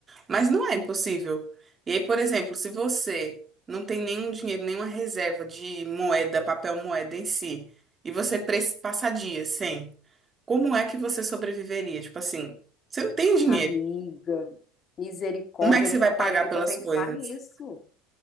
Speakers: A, on the right; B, on the left.
A: mas não é impossível. E aí, por exemplo, se você não tem nenhum dinheiro, nenhuma reserva de moeda, papel moeda em si, e você pre- passar dias sem, como é que você sobreviveria? Tipo assim, você não tem dinheiro.
B: Amiga, misericórdia,
A: Como é que
B: eu
A: você
B: nunca
A: vai
B: parei
A: pagar pelas
B: para pensar
A: coisas?
B: nisso.